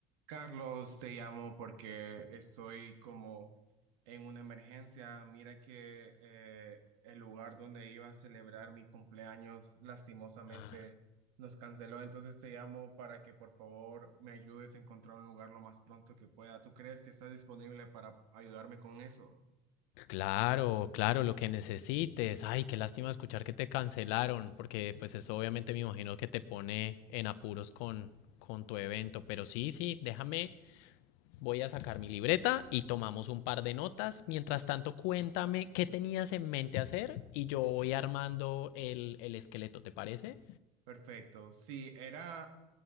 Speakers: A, on the right (about 85°); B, on the left (about 75°).
A: Carlos, te llamo porque estoy como en una emergencia. Mira que eh, el lugar donde iba a celebrar mi cumpleaños lastimosamente
B: Ah,
A: nos canceló. Entonces te llamo para que por favor me ayudes a encontrar un lugar lo más pronto que pueda. ¿Tú crees que estás disponible para ayudarme con eso?
B: Claro, claro, lo que necesites. Ay, qué lástima escuchar que te cancelaron, porque pues eso obviamente me imagino que te pone en apuros con, con tu evento. Pero sí, sí, déjame, voy a sacar mi libreta y tomamos un par de notas. Mientras tanto, cuéntame qué tenías en mente hacer y yo voy armando el, el esqueleto, ¿te parece?
A: Perfecto. Sí, era